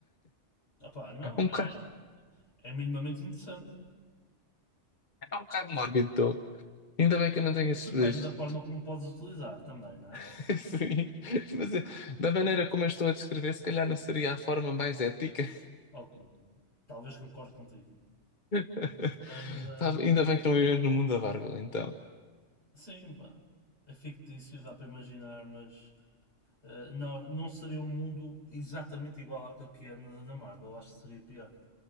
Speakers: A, on the left; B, on the left.
A: Ah pá, não,
B: Um bocado,
A: é, é minimamente interessante.
B: é um bocado mórbido, tô. Ainda bem que eu não tenho esses
A: Depende
B: poderes.
A: da forma como podes utilizar também, não é?
B: <laughs> Sim, mas eh, da maneira como eu estou a descrever, se calhar não seria a forma mais ética.
A: Ok, talvez concorde contigo.
B: <laughs>
A: Mas, hum,
B: Tá, ainda bem que não vivemos no mundo da Marvel, então.
A: sim, pá, é fictício, dá para imaginar, mas Uh, não, não seria um mundo exatamente igual àquele que é na, na Marvel, acho que seria pior.